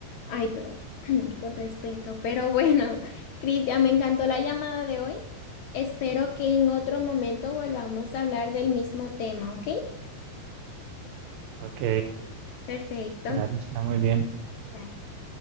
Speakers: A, on the left; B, on the right.
A: Ay, pero <clears throat> con respeto. Pero bueno, <laughs> Cristian, me encantó la llamada de hoy. Espero que en otro momento volvamos a hablar del mismo tema, ¿ok?
B: Ok,
A: Perfecto.
B: claro, está muy bien.
A: Gracias.